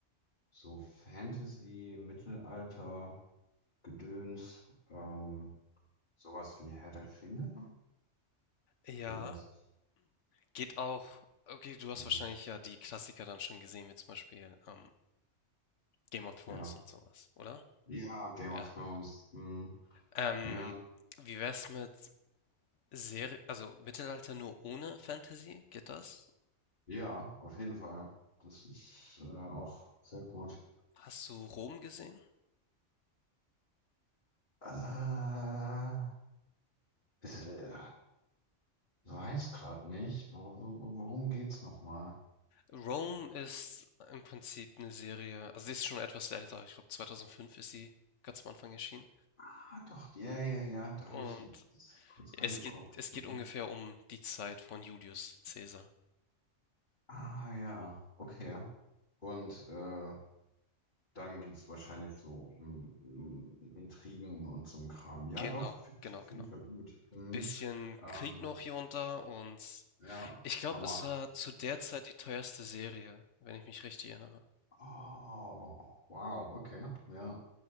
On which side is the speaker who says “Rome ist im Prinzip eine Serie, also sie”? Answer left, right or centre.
Left